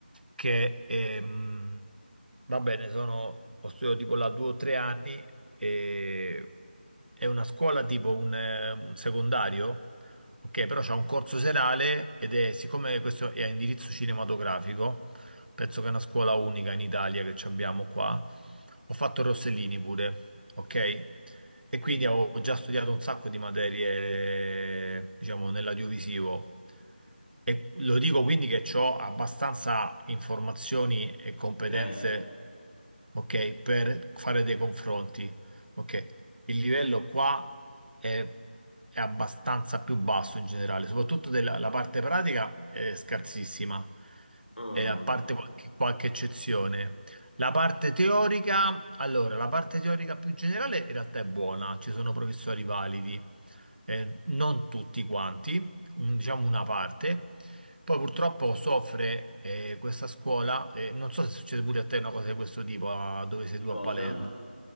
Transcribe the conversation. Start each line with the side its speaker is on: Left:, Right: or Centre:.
Right: che ehm, va bene, sono, ho studiato tipo là due o tre anni e è una scuola tipo un, eh, un secondario. Ok, però c'è un corso serale ed è, siccome questo è a indirizzo cinematografico, penso che è una scuola unica in Italia che ci abbiamo qua. Ho fatto Rossellini pure, ok? E quindi
Left: ok.
Right: avevo già studiato un sacco di materie, diciamo, nell'audiovisivo. E lo dico quindi che ho abbastanza informazioni e competenze,
Left: Cioè,
Right: ok, per fare dei confronti, ok? il livello qua è, è abbastanza più basso in generale, soprattutto della la parte pratica è scarsissima,
Left: ah,
Right: eh, a parte qualche, qualche eccezione. La parte teorica, allora, la parte teorica più generale in realtà è buona, ci sono professori validi eh, non tutti quanti, un- diciamo una parte. Poi purtroppo
Left: ok.
Right: soffre eh, questa scuola, eh, non so se succede pure a te una cosa di questo tipo, a- dove sei
Left: Di
Right: tu
Left: cosa?
Right: a Palermo.